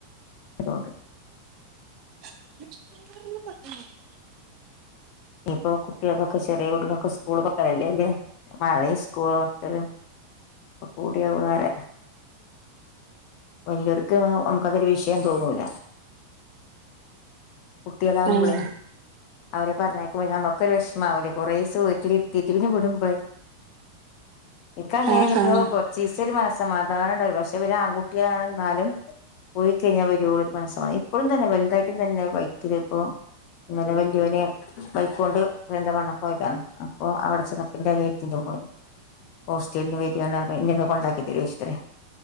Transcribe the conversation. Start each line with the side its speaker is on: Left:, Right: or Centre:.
Left: അതുകൊണ്ട്
Right: <inaudible>
Left: ഇനിയിപ്പോ കുട്ടികൾക്ക്, ഒക്കെ ചെറിയ കുട്ടികൾക്കൊക്കെ ചെറിയ സ്കൂൾ തുറക്കലല്ലേ അല്ലേ പഴയ സ്കൂൾ ഒക്കെ പൂട്ടിയ പോലെ വലിയവർക്ക് നമുക്കതൊരു വിഷയം തോന്നൂല. കുട്ടികളാകുമ്പ്ളെ
Right: ആഹ്
Left: അവരെ പറഞ്ഞയക്കു മ്പം ഞാമാ ഒരു വിഷമമാവൂലേ കുറേ ദിവസം വീട്ടിലിരുത്തീട്ട് പിന്നെ വിടുമ്പോഴെ എനിക്ക്അങ്ങനെയിരിന്നിട്ട്
Right: ആഹ് ആഹ്
Left: കുറച്ച് ദിവസത്തേക്ക് ഒരു മനസ സമാധാനം ഉണ്ടാവില്ല, പക്ഷേ ഇവര് ആൺകുട്ടിയാണെന്നാലും പോയി കഴിഞ്ഞാൽ വരുവോളം ഒരു മനസ്സ ഇപ്പോയും തന്നെ വലുതായിട്ടും തന്നെ ബൈ ഇപ്പോ ഇന്നലെ വലിയവന് ബൈക്ക് കൊണ്ട് എന്ത വന്ന പോയതാണ് അപ്പൊ അവിടെ ചെന്നപ്പ എന്റെ അനിയത്തിന്റെ മോൻ ഹോസ്റ്റലിന്ന് വരികയാന്ന് പറഞ്ഞ് എന്നെ ഒന്ന് കൊണ്ടാക്കി തരുവോന്ന് ചൊച്ച് ഇത്രയും